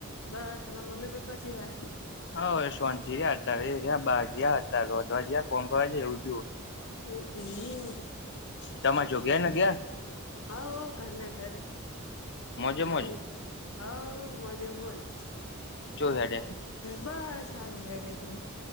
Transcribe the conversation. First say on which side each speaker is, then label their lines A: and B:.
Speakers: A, on the left; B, on the left.
A: બસ તમારા મમ્મી પપ્પા જેવાય
B: હ શાંતિ રહ્યા હતા ર ર્યા બાાગ્યા હતા ત રજવા જયા કોણ કરવા જે હવું
A: હમ હમ
B: હ, તમા જોો ગયા ને ગયા
A: હ ઘરના ઘર,
B: મોજે
A: હમ
B: મોજ
A: હ મજે મજ
B: જોો સાડે
A: બસ સારું હેડે તું